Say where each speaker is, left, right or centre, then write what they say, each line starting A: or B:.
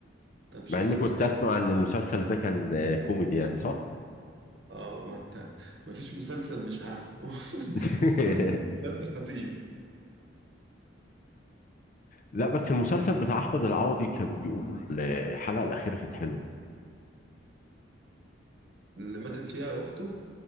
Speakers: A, on the right (about 65°); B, on the left (about 40°).
A: طب شفت
B: مع اني كنت اسمع ان المسلسل ده كان آه، كوميدي يعني صح؟
A: اه ما انت ما فيش مسلسل مش عارفه <laughs>
B: <laughs>
A: كل المسلسلات خطيف
B: لا بس المسلسل بتاع احمد العوضي كانوا بيقولوا الحلقة الأخيرة كانت حلوة
A: اللي ماتت فيها اخته